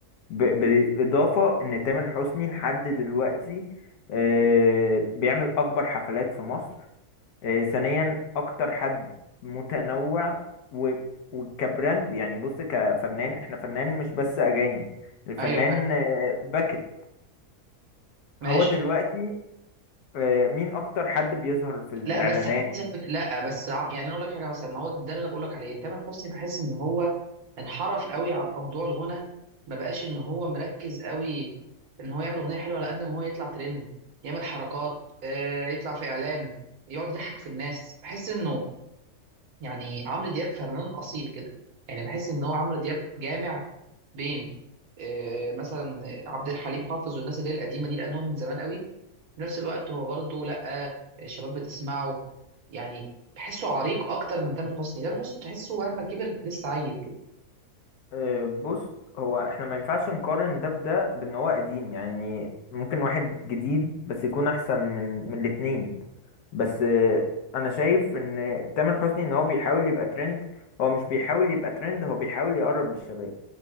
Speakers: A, on the left; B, on the right.
A: ب... بالاضافة ان تامر حسني لحد دلوقتي آه، بيعمل اكبر حفلات في مصر آه، ثانيا اكتر حد متنوع و... وكبراند يعني بص كفنان احنا فنان مش بس اغاني الفنان
B: أيوه فاهم.
A: آه، باكت
B: ماشي
A: هو دلوقتي آه، مين اكتر حد بيظهر في الاعلانات
B: لا بس حاسس إن- لا بس عم- يعني انا اقول لك حاجه مثلا ما هو ده اللي انا بقول لك عليه تامر حسني بحس ان هو انحرف قوي عن موضوع الغنى ما بقاش ان هو مركز قوي ان هو يعمل اغنيه حلوه على قد ما هو يطلع ترند يعمل حركات آه، يطلع في اعلان يقعد يضحك في الناس بحس انه يعني عمرو دياب فنان اصيل كده يعني بحس ان هو عمرو دياب جامع بين آه، مثلا عبد الحليم حافظ والناس اللي هي القديمه دي لان هو من زمان قوي في نفس الوقت هو برضه لا الشباب بتسمعه يعني بحسه عريق اكتر من تامر حسني تامر حسني تحسه مهما كبر لسه عيل كده
A: آه، بص هو احنا ما ينفعش نقارن ده بده بان هو قديم يعني ممكن واحد جديد بس يكون احسن من من الاتنين بس آه، انا شايف ان تامر حسني ان هو بيحاول يبقى ترند هو مش بيحاول يبقى ترند هو بيحاول يقرب للشباب